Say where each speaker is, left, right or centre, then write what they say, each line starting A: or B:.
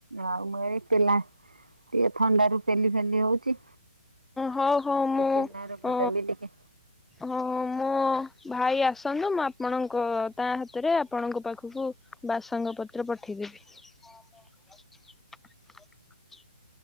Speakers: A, on the right; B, in the centre.
A: ଆଉ ମୁଁ ଏଇ ପିଲା ଟିକେ ଥଣ୍ଡା ରୁ ଫେଲି ଫେଲି ହଉଛି
B: ହଉ ହଉ ମୁଁ
A: ସେ ପେଲା ରୋଗଟା ବି ଟିକେ
B: ହଁ ମୁଁ ଭାଇ ଆସନ୍ତୁ ମୁଁ ଆପଣଙ୍କ ତା ହାତରେ ଆପଣଙ୍କ ପାଖକୁ ବାସଙ୍ଗ ପତ୍ର ପଠେଇ <unintelligible>